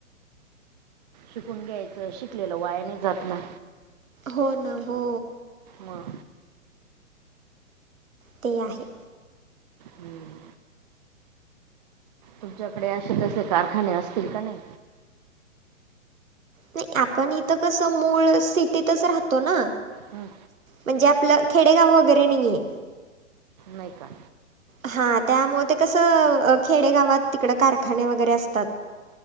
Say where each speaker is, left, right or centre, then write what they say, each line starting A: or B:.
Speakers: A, on the right; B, on the right.
A: शिकून घ्यायचं, शिकलेलं वाया नई जात ना.
B: हो ना, हो.
A: मग.
B: ते आहे.
A: हम्म. तुमच्याकडे असे कसे कारखाने असतील का नाय?
B: नई, आपण इथं कसं मूळ... सिटीतच राहतो ना.
A: हं.
B: म्हणजे आपलं, खेडेगाव वगैरे नईये.
A: नई का?
B: हा, त्यामुळे ते कसं, खेडेगावात तिकडं, कारखाने वगैरे असतात.